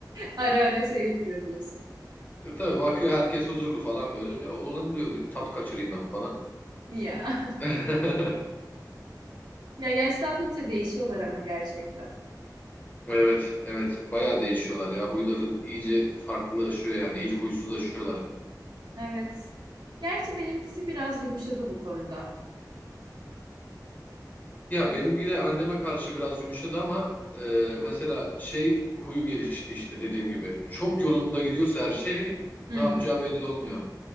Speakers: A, on the right (about 70°); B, on the left (about 25°).
A: Ara ara şey yapıyor diyorsun.
B: E Tabii bakıyor herkes huzurlu falan böyle. Oğlum diyor bir tat kaçırayım ben falan.
A: Ya.
B: <laughs>
A: Ya yaşlandıkça değişiyorlar ama gerçekten.
B: Evet, evet. Bayağı değişiyorlar ya. Huyları iyice farklılaşıyor yani. İyice huysuzlaşıyorlar.
A: Evet. Gerçi benimkisi biraz yumuşadı bu konuda.
B: Ya benimki de anneme karşı biraz yumuşadı ama e, mesela şey huyu gelişti işte dediğim gibi. Çok yolunda gidiyorsa her şey
A: Hı
B: ne yapacağı
A: hı.
B: belli olmuyor.